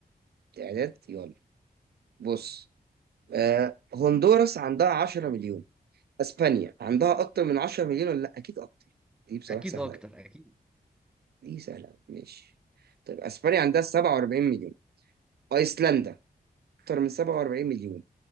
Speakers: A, on the right; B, in the centre.
A: تعداد يلا بص آه هندوراس عندها 10 مليون اسبانيا عندها اكتر من 10 مليون ولا لا اكيد اكتر دي بصراحة
B: اكيد
A: سهلة
B: اكتر
A: أوي.
B: اكيد
A: دي سهلة أوي. ماشي طيب اسبانيا عندها 47 مليون ايسلندا اكتر من 47 مليون